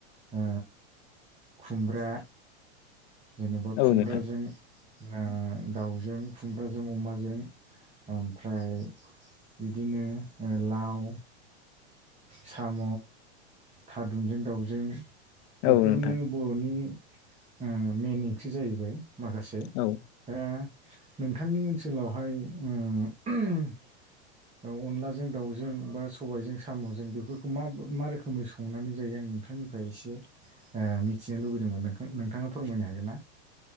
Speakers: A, on the right (about 20°); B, on the left (about 45°).
A: ओ खुमब्रा जेनेबा खुमब्राजों
B: औ नोंथां
A: ना-दाउजों खुमब्राजों अमाजों ओमफ्राय बिदिनो लाव साम थादुनजों दाउजों बेफोरनो
B: औ नोंथां
A: बर नि ओ मइेन ओंख्रि जाहैबाय माखासे
B: औ
A: दा नोंथांनि ओनसोलावहाय उ अनलाजों दाउजों बा सबायजों सा सामजों बेफोरखौ मा मा रोखोमै संनानै जायो आं नोंथांनिफ्राय एसे मिथिनो लुबैदों नोंथां नोंथाङा फोरमायनो हागोन ना